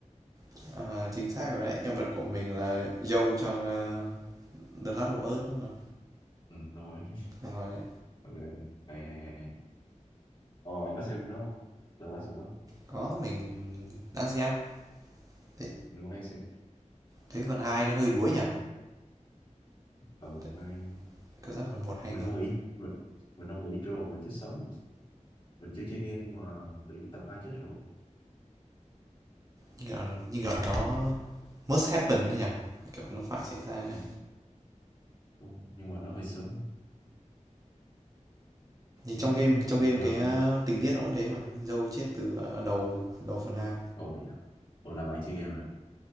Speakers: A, on the right; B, on the left.
A: <laughs> à, chính xác rồi đấy nhân vật của mình là Joe trong ờ, The Last of Us đúng không?
B: Ừ, đúng rồi. <laughs>
A: Đúng rồi đấy.
B: Ok, hay hay hay hay. Ồ, bạn có xem phim đó không? The Last of Us.
A: Có mình đang xem. Thế,
B: Mình cũng đang xem.
A: thế phần 2 nó hơi đuối nhỉ?
B: ở phần
A: Thế-
B: hai.
A: Cảm giác phần một hay
B: Mình
A: hơn.
B: không nghĩ, mình, mình không nghĩ rồi chết sớm. Mình chưa chơi game nhưng mà tự nhiên tập hai chết rồi.
A: Như kiểu là, như kiểu là nó must happen đấy nhỉ? Kiểu nó phải xảy ra. thì
B: Ừ, đúng. Nhưng mà nó hơi sớm. Chứ,
A: trong game trong game
B: ờ,
A: cái ờ, tình tiết nó cũng thế mà. Dâu chết từ ờ, đầu đầu phần hai
B: ồ, vậy đó. Ồ, là bạn chơi game rồi.